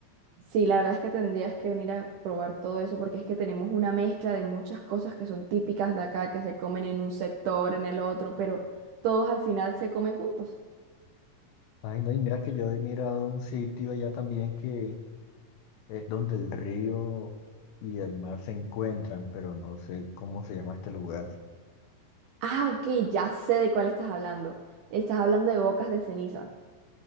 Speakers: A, on the right; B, on the left.
A: Sí, la verdad es que tendrías que venir a probar todo eso porque es que tenemos una mezcla de muchas cosas que son típicas de acá, que se comen en un sector, en el otro, pero todos al final se comen juntos.
B: Ay, no, y mira que yo he mirado un sitio allá también que Es donde el río y el mar se encuentran, pero no sé cómo se llama este lugar.
A: Ah, ok, ya sé de cuál estás hablando. Estás hablando de bocas de ceniza.